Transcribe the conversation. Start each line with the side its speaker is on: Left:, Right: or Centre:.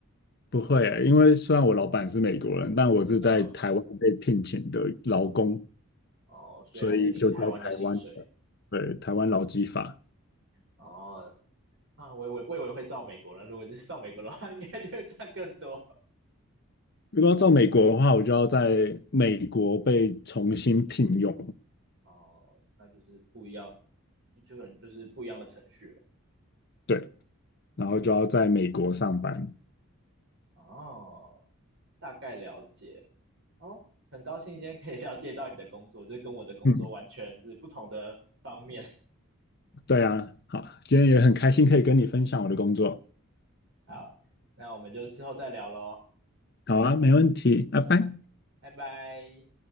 Left: 不会欸因为虽然我老板是美国人，但我是在台湾被聘请的劳工，
Right: 嗯，哦，所以还是领台湾的薪水。
Left: 所以就招台湾的，对，台湾劳基法。
Right: 哦，那我以为我以为会照美国人，如果就是照美国的话，<laughs> 应该就会赚更多。
Left: 如果要到美国的话，我就要在美国被重新聘用，
Right: 哦，那就是不一样，就很就是不一样的程序了。
Left: 对，然后就要在美国上班。
Right: 哦，大概了解。哦，很高兴今天可以了解到你的工作，就是跟我的工作完全是不同的方面。
Left: 嗯，对啊，好，今天也很开心可以跟你分享我的工作。
Right: <laughs> 好，那我们就之后再聊喽，
Left: 好啊，没问题，拜拜。
Right: 拜拜。